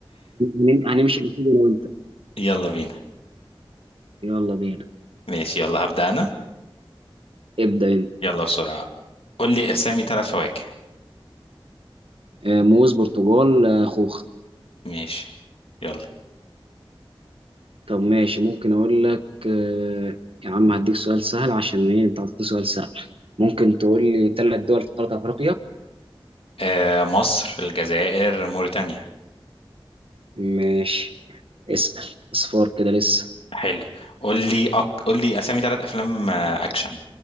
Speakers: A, on the right; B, on the left.
A: هن- هنمشي على كده انا وانت
B: يلا بينا
A: يلا بينا
B: ماشي يلا هبدأ أنا
A: ابدأ انت
B: يلا بسرعة قول لي أسامي ثلاث فواكه
A: آه، موز برتقال آه، خوخ
B: ماشي يلا
A: طب ماشي ممكن اقول لك آه، يا عم هديك سؤال سهل عشان ايه انت عطيتني سؤال سهل ممكن تقول لي ثلاث دول في قارة افريقيا
B: آه مصر الجزائر موريتانيا
A: ماشي اسأل اصفار كده لسه
B: حلو قول لي أك... قول لي أسامي ثلاث أفلام آه، أكشن